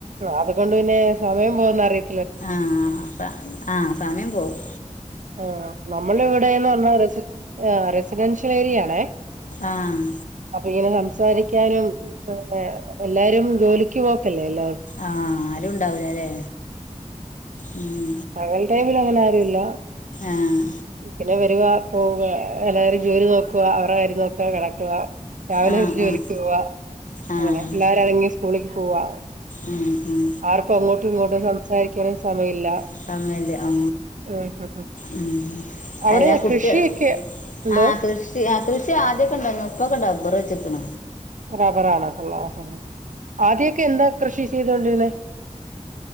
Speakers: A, on the right; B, on the left.
A: അതുകൊണ്ട് പിന്നെ സമയം പോകന്നറിയ
B: ആഹ ആഹ സമയം പോകവും
A: ആ നമ്മളവിടെ പറഞ്ഞ സിഡൻ്യ അ
B: ആഹ്
A: ഇ ാനുംെ എല്ലാരും ജോലിക്ക് പോക്കല്ലേ എല്ലാര
B: ആഹ ആരും ഉണ്ടാവൂല അല്ലേ ഉ
A: മകൽ ടൈമിൽ അങ്ങനെ ആരുല്ല
B: ആഹ്
A: പിന്നെ വരുവാ അപ്പ എല്ലാവരും ജോലി നോക്കുക അവരുടെ കാര്യം നോക്കാ കിടക്കുക രാവിലെ
B: ആഹ്
A: ജോലിക്ക്
B: ആഹ്
A: പോവാ
B: ആഹ്
A: അങ്ങനെ പിള്ളരും ഇറങ്ങി സ്കൂളിലക്ക് പോവാ
B: ഉം ഉം
A: ആർക്ക അങ്ങോട്ടും ഇങ്ങോട്ടും സംസാരിക്കാനും സമയമില്ല
B: അപ്പ അമ്മല്േ ആ
A: ഉം ഉം
B: ഉ
A: അവിടെ
B: അല്ലാ കുട്ടി
A: കൃഷിയൊക്കെ എന്തോ
B: ആഹ് കൃഷി ആ കൃഷി ആദ്യൊക്കെ ഇണ്ടോ മുപ്പൊക്കെ ഡബർ വെച്ചെക്കണ
A: ആ റബ്ബറാണോള്ളോ ആദ്യൊക്കെ എന്താ കൃഷി ചെയ്തോണ്ടിരുന്നേ